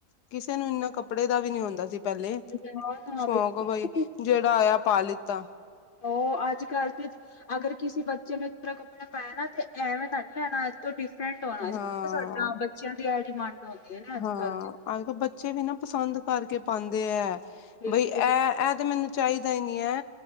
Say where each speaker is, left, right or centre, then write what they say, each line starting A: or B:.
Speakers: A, on the left (about 80°); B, on the left (about 45°).
A: ਕਿਸੇ ਨੂੰ ਇੰਨਾ ਕੱਪੜੇ ਦਾ ਵੀ ਨੀ ਹੁੰਦਾ ਸੀ। ਪਹਿਲੇ
B: ਨਾ ਨਾ
A: ਸ਼ੌਂਕ
B: ਬਿਲਕੁਲ
A: ਬਾਈ,
B: ਵੀ
A: ਜਿਹੜਾ ਆਇਆ ਪਾ ਲਿੱਤਾ।
B: ਓ ਅੱਜ-ਕੱਲ ਤੇ ਅਗਰ ਕਿਸੀ ਬੱਚੇ ਨੇ ਪਰਾਨਾ ਕੱਪੜਾ ਪੈਨਾ ਤੇ ਐਵੇਂ ਦਾ ਨੀ ਲੈਣਾ ਤੋਂ ਡਿਫਰੈਂਟ ਹੋਣਾ,
A: ਹਾਂ
B: ਜਿਵੇਂ ਸਾਡਾ ਬੱਚਿਆਂ ਦੀ ਐ ਡਿਮਾਂਡ। ਹੁੰਦੀਆਂ ਨੇ ਅੱਜ
A: ਹਾਂ
B: ਕੱਲ
A: ਅੱਜ-ਕੱਲ ਬੱਚੇ ਵੀ ਨਾ ਪਸੰਦ। ਕਰਕੇ ਪਾਂਦੇ ਐ
B: ਬਿਲਕੁਲ
A: ਬਈ ਐ ਐ ਤਾਂ ਮੈਨੂੰ ਚਾਈਦਾ ਹੀ ਨਈ ਐ।